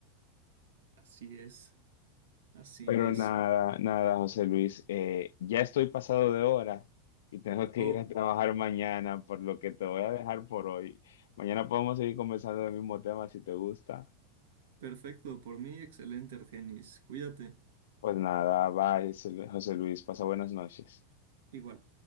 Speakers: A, on the right (about 85°); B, on the left (about 75°).
A: Así es, así
B: Pero
A: es.
B: nada, nada, José Luis, eh, ya estoy pasado de hora y tengo que
A: Oh,
B: ir a trabajar mañana, por lo que te voy a dejar por hoy. Mañana podemos seguir conversando del mismo tema si te gusta.
A: perfecto, por mí, excelente, Argenis. Cuídate.
B: Pues nada, bye, José Luis, pasa buenas noches.
A: Igual.